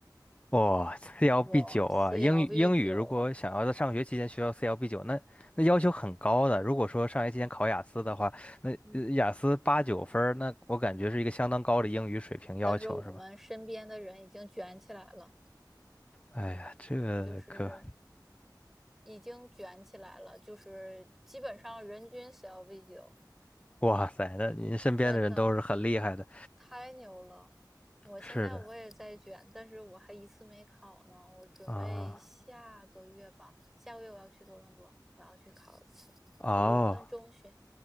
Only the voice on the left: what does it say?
哇，CLB
九啊，
英语英语如果想要在上学期间学到
CLB 九，那那要求很高的。如果说上学期间考雅思的话，那呃雅思八九分儿那我感觉是一个相当高的英语水平要求，
是吧？哎呀，这个可，
哇塞，那您身边的人都是很厉害的。
是的
啊，
哦